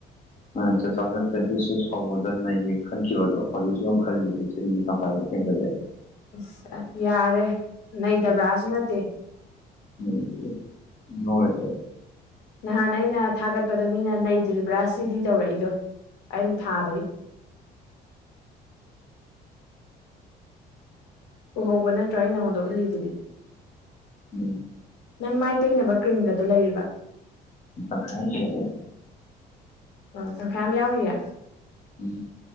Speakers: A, on the left; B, on the left.
A: ꯃꯥꯅꯦ ꯇꯨ ꯊꯥꯎꯖꯟ ꯇ꯭ꯋꯦꯟꯇꯤ ꯁꯤꯛꯁ ꯍꯧꯕꯗꯥ ꯅꯩꯒꯦ ꯈꯟꯈꯤꯕꯗꯣ ꯍꯧꯖꯤꯛꯁꯨ ꯈꯜꯂꯤꯁꯦ ꯖꯨꯟ ꯗꯤ ꯇꯥꯡꯈꯥꯏ ꯍꯦꯟꯖꯟꯂꯛꯑꯦ
B: ꯑꯁ ꯌꯥꯔꯦ ꯅꯩꯗꯕ꯭ꯔꯥꯁꯨ ꯅꯠꯇꯦ
A: <unintelligible>
B: ꯅꯍꯥꯟ ꯑꯩꯅ ꯊꯥꯒꯠꯄꯗ ꯃꯤꯅ ꯅꯩꯗ꯭ꯔꯤꯕ꯭ꯔꯥ ꯁꯤꯗꯤ ꯇꯧꯔꯛꯏꯗꯣ ꯑꯩꯅ ꯊꯥꯕꯒꯤ ꯎꯍꯧꯕ ꯅꯠꯇ꯭ꯔꯣ ꯑꯩ ꯅꯉꯣꯟꯗ ꯎꯠꯂꯤꯗꯨꯗꯤ
A: ꯎꯝ
B: ꯅꯪ ꯃꯥꯏ ꯇꯩꯅꯕ ꯀ꯭ꯔꯤꯝꯒꯗꯣ ꯂꯩꯔꯤꯕ
A: ꯇꯪꯈꯥꯏ ꯑꯝ ꯂꯩꯔꯤ
B: ꯑꯥ ꯇꯪꯈꯥꯏ ꯑꯃ ꯌꯥꯎꯔꯤꯌꯦ
A: ꯎꯝ